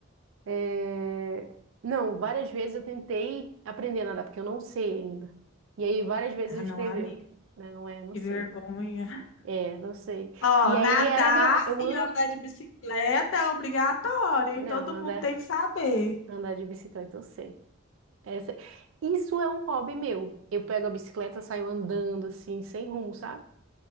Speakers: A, on the right; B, on the left.
A: É, Não, várias vezes eu tentei aprender a nadar, porque eu não sei ainda. E aí várias vezes
B: Ah,
A: eu
B: não,
A: escrevi.
B: amiga,
A: Não é, não
B: que
A: sei.
B: vergonha.
A: É, não sei.
B: Ó,
A: E aí
B: nadar
A: era meu. Eu
B: e
A: amo.
B: andar de bicicleta é obrigatório,
A: Não,
B: hein? Todo
A: andar,
B: mundo tem que saber.
A: andar de bicicleta, eu sei. Essa- Isso é um hobby meu. Eu pego a bicicleta, saio andando assim, sem rumo, sabe?